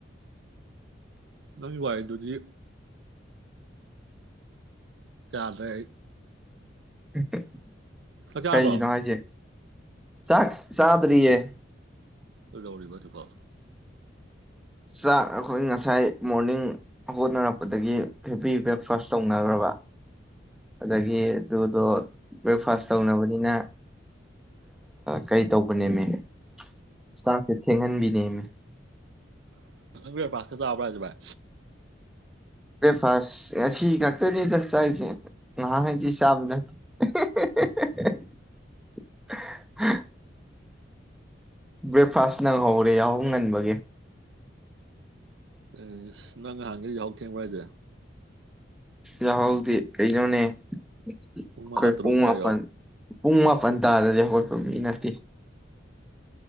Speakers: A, on the right; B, in the centre.
A: ꯅꯪꯃꯒꯤ ꯋꯥꯔꯤ ꯑꯗꯨꯗꯤ꯫ ꯆꯗ꯫
B: ꯍ꯫ <unintelligible>
A: ꯆꯥꯛ ꯆꯥꯔꯕꯣ
B: ꯀꯩꯒꯤꯅꯣ ꯍꯥꯏꯁꯦ꯫ ꯆꯥꯛ ꯆꯗꯔꯤꯌꯦ꯫
A: ꯀꯩ ꯗꯧꯔꯤꯕꯥ ꯍꯧꯖꯤꯛ ꯐꯥꯑꯣ꯫
B: ꯆꯥꯛ ꯑꯩꯈꯣꯏ ꯉꯁꯥꯏ ꯃꯣꯔꯅꯤꯡ ꯍꯣꯠꯅꯔꯛꯄꯗꯒꯤ ꯍꯦꯚꯤ ꯕ꯭ꯔꯦꯛꯐꯥꯁ ꯇꯧꯅꯈ꯭ꯔꯕ꯫ ꯑꯗꯒꯤ ꯑꯗꯨꯗꯣ ꯕ꯭ꯔꯦꯛꯐꯥꯁ ꯇꯧꯅꯕꯅꯤꯅ ꯀꯩ ꯇꯧꯕꯅꯦꯃꯦꯅꯦ ꯆꯥꯛꯁꯦ ꯊꯦꯡꯍꯟꯕꯤꯅꯦ
A: ꯕꯤꯔꯦꯛ ꯐꯥꯁꯠꯀꯥ ꯆꯥꯕꯔꯣ ꯕꯥꯏ
B: ꯕ꯭ꯔꯦꯛꯐꯥꯁ ꯑꯁꯤ ꯉꯥꯛꯇꯅꯤꯗꯁ ꯆꯥꯏꯁꯦ꯫ ꯅꯍꯥꯟ ꯈꯩꯗꯤ ꯆꯥꯕꯥ ꯅꯠꯇꯦ꯫ <unintelligible> ꯕ꯭ꯔꯦꯛꯐꯥꯁ ꯅꯪꯍꯧꯔꯦ ꯌꯥꯍꯣꯡ ꯉꯟꯕꯒꯤ꯫
A: ꯑꯦ ꯅꯪ ꯅꯍꯥꯟꯒ ꯌꯥꯍꯧ ꯊꯦꯡꯕ꯭ꯔ ꯍꯥꯏꯁꯦ꯫
B: ꯌꯥꯍꯥꯎꯗꯤ ꯀꯩꯅꯣꯅꯦ꯫ ꯑꯩꯈꯣꯏ
A: ꯃꯉꯥ ꯇꯔꯨꯛ
B: ꯄꯨꯡ
A: ꯀꯥꯏꯌꯣ
B: ꯃꯥꯄꯟ ꯄꯨꯡ ꯃꯥꯄꯟ꯫ ꯇꯥꯗꯗꯤ ꯍꯧꯒꯠꯄ ꯃꯤ ꯅꯠꯇꯦ꯫